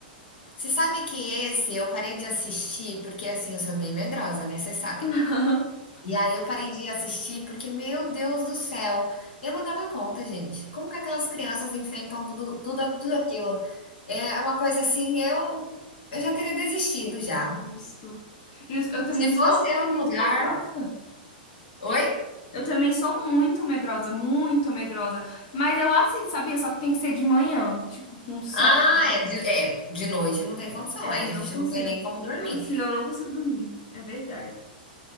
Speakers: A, on the left; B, on the left.
A: Você sabe que esse eu parei de assistir, porque assim, eu sou bem medrosa, né? Você sabe.
B: <laughs>
A: E aí eu parei de assistir porque, meu Deus do céu, eu não dava conta, gente. Como que aquelas crianças enfrentam tudo, tudo, tudo aquilo? É uma coisa assim, eu, eu já teria desistido já.
B: Justo. E eu, eu também
A: Se fosse
B: sou
A: eu no
B: muito
A: lugar.
B: medrosa.
A: Oi?
B: Eu também sou muito medrosa, muito medrosa. Mas eu assisto, sabia? Só que tem que ser de manhã, tipo, com sol.
A: Ah, é de, é, de noite não tem condição,
B: É,
A: aí
B: não
A: a gente
B: consigo.
A: não tem nem como dormir.
B: Não, senão eu não consigo dormir. É verdade.